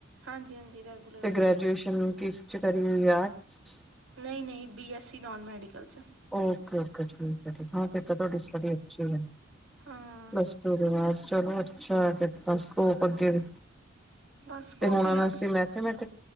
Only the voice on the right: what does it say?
ਹਾਂਜੀ ਹਾਂਜੀ ਰੈਗੂਲਰ
ਹੈ।
ਨਹੀਂ ਨਹੀਂ B S C non medical 'ਚ।
ਹਾਂ
ਬਸ ਸਕੋਪ
ਹੀ
ਲੱਭ,